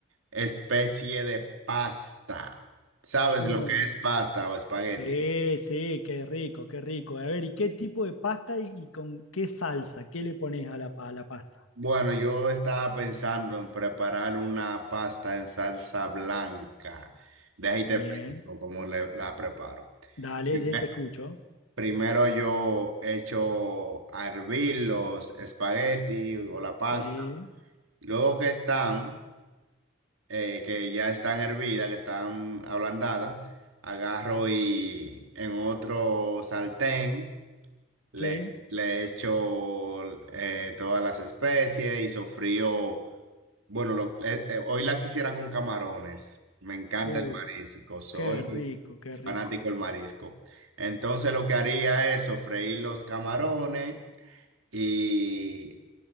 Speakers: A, on the right (about 80°); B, on the left (about 80°).
A: especie de pasta. ¿Sabes
B: Uh,
A: lo que es pasta o espagueti?
B: Sí, sí, qué rico, qué rico. A ver, ¿y qué tipo de pasta y, y con qué salsa? ¿Qué le pones a la, pa- a la pasta?
A: Bueno, yo estaba pensando en preparar una pasta en salsa blanca. De ahí
B: Bien,
A: te explico cómo le- la preparo.
B: dale,
A: Primer-
B: ya te escucho.
A: Primero yo echo a hervir los espagueti o la pasta.
B: Sí,
A: Luego que están... eh, que ya están hervidas, que están ablandadas, agarro y en otro sartén le,
B: sí.
A: le echo eh, todas las especies y sofrío. Bueno, lo- eh, eh, hoy la quisiera con camarones. Me encanta
B: Uh,
A: el marisco, soy
B: qué rico, qué rico.
A: fanático del marisco. Entonces lo que haría es sofreír los camarones y